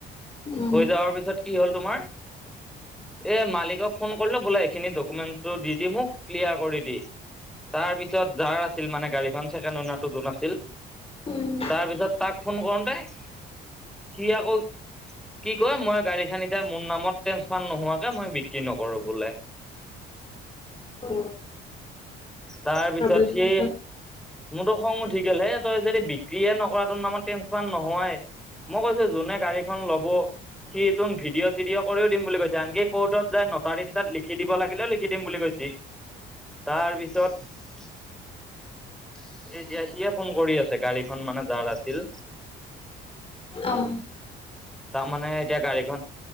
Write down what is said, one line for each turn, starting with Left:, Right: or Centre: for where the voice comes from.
Left: উম
Centre: হৈ যাৱাৰ পিছত কি হ'ল তোমাৰ এ মালিকক ফোন। কলে বোলে এইখিনি ডকুমেন্টো দি দি মোক ক্লিয়াৰ কৰি দি। তাৰ পিছত যাৰ আছিল মানে গাড়ীখন ছেকেণ্ড উনাৰটো দুোন আছিল।
Left: উম
Centre: তাৰপিছত তাক ফোন কৰোতে সি আকৌ। কি কয়, মই গাড়ীখন এতিয়া মোৰ নামত ট্ৰেন্সফাৰ নোহোৱাকে মই বিক্ৰী ন। কৰো বোলে।
Left: অ।
Centre: তাৰপিছত,
Left: প্ৰব্লেম
Centre: সি
Left: হৈ গ'ল
Centre: মোৰতো খং উঠি গলহে। যদি বিক্ৰে নকৰাটো নাম ট্ৰেন্ঞ্চফাৰ নোহাই মই কৈছো যোনে গাড়ীখন লব। সি, তোন ভিডিঅ চিডিঅ' কৰিও দিম বুলি কৈছে আনকি কৰ্টত যাই ন। তাৰিখ তাত লিখি দিব লাগিলে লিখি দিম বুলি কৈছে। তাৰ পিছত। এ, এতিয়া সিয়ে ফোন কৰি আছে গাড়ীখন মানে যাৰ আছিল।
Left: অঁ।
Centre: তাৰমানানে এতিয়া গাড়ীখন,